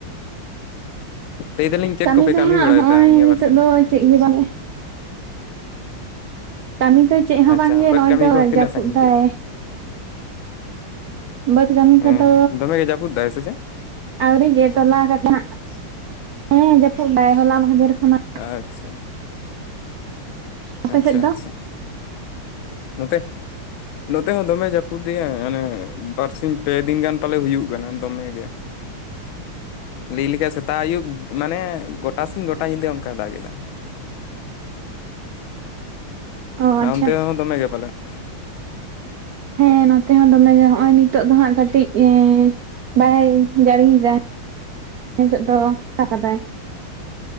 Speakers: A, on the left; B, on the right.
A: ᱞᱟᱹᱭ ᱫᱟᱞᱤᱧ ᱪᱮᱫ
B: ᱠᱟᱹᱢᱤ
A: ᱠᱚᱯᱮ
B: ᱫᱚᱦᱟᱸᱜ
A: ᱵᱟᱲᱟᱭᱮᱫᱟ
B: ᱱᱚᱜᱼᱚᱭ
A: ᱱᱤᱭᱟᱹ
B: ᱱᱤᱛᱳᱜ
A: ᱵᱟᱨᱥᱤᱧ
B: ᱫᱚ ᱪᱮᱫ ᱜᱮ ᱵᱟᱱᱩᱜ-ᱟ᱾ ᱠᱟᱹᱢᱤ ᱫᱚ ᱪᱮᱫ ᱦᱚᱸ
A: ᱟᱪᱪᱷᱟ
B: ᱵᱟᱝ ᱜᱮ
A: ᱵᱟᱹᱫᱽ
B: ᱱᱚᱜᱼᱚᱭ
A: ᱠᱟᱹᱢᱤ
B: ᱫᱚ
A: ᱠᱚ ᱛᱤᱱᱟᱹᱜ
B: ᱡᱟᱹᱯᱩᱫ
A: ᱥᱟᱺᱜᱤᱧ
B: ᱫᱟᱭ,
A: ᱠᱮᱫᱟ
B: ᱵᱟᱹᱫᱽ ᱠᱟᱹᱢᱤ
A: ᱦᱮᱸ
B: ᱠᱚᱫᱚᱼᱼ
A: ᱫᱚᱢᱮ ᱜᱮ ᱡᱟᱹᱯᱩᱫ ᱫᱟᱭ ᱥᱮ ᱪᱮᱫ
B: ᱟᱹᱣᱨᱤᱜᱮ ᱛᱚᱞᱟᱦᱟᱴᱟᱜ ᱦᱮᱸ ᱡᱟᱹᱯᱩᱫ ᱫᱟᱭ ᱦᱚᱞᱟ ᱢᱟᱦᱫᱮᱨ ᱠᱷᱚᱱᱟᱜ᱾
A: ᱟᱪᱪᱷᱟ
B: ᱟᱯᱮ
A: ᱟᱪᱪᱷᱟ
B: ᱥᱮᱫ ᱫᱚ
A: ᱟᱪᱪᱷᱟ᱾ ᱱᱚᱛᱮᱼᱼ ᱱᱚᱛᱮ ᱦᱚᱸ ᱫᱚᱢᱮ ᱡᱟᱹᱯᱩᱫᱮᱜᱭᱟ ᱢᱟᱱᱮ ᱵᱟᱨᱥᱤᱧ ᱯᱮ ᱫᱤᱱ ᱜᱟᱱ ᱯᱟᱞᱮ ᱦᱩᱭᱩᱜ ᱠᱟᱱᱟ ᱫᱚᱢᱮ ᱜᱮ ᱼᱼ ᱞᱟᱹᱭ ᱞᱮᱠᱷᱟ ᱥᱮᱛᱟᱜ ᱟᱹᱭᱩᱵ ᱢᱟᱱᱮ ᱜᱚᱴᱟ ᱥᱤᱧ ᱜᱚᱴᱟ ᱧᱤᱫᱟᱹ ᱚᱱᱠᱟ ᱫᱟᱜ ᱮᱫᱟ᱾
B: ᱚ
A: ᱦᱮᱸ
B: ᱟᱪᱪᱷᱟ
A: ᱚᱱᱛᱮ ᱦᱚᱸ ᱫᱚᱢᱮ ᱜᱮ ᱯᱟᱞᱮᱜ ᱾
B: ᱦᱮᱸ ᱱᱚᱛᱮ ᱦᱚᱸ ᱫᱚᱢᱮ ᱜᱮ ᱦᱚᱜᱼᱚᱭ ᱱᱤᱛᱚᱜ ᱫᱚ ᱦᱟᱸᱜ ᱠᱟᱹᱴᱤᱡ ᱼᱼ ᱵᱟᱭ ᱡᱟᱹᱲᱤᱭ ᱫᱟ ᱱᱤᱛᱚᱜ ᱫᱚ ᱯᱷᱟᱠᱟ ᱠᱟᱫᱟᱭ ᱾